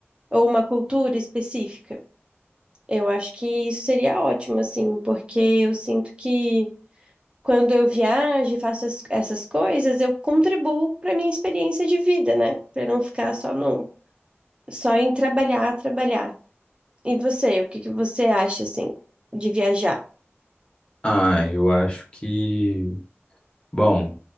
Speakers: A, on the right; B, on the left.
A: ou uma cultura específica. Eu acho que isso seria ótimo, assim, porque eu sinto que quando eu viajo e faço as- essas coisas, eu contribuo para minha experiência de vida, né? Para não ficar só no, só em trabalhar, trabalhar. E você, o que que você acha, assim, de viajar?
B: Ah, eu acho que. Bom,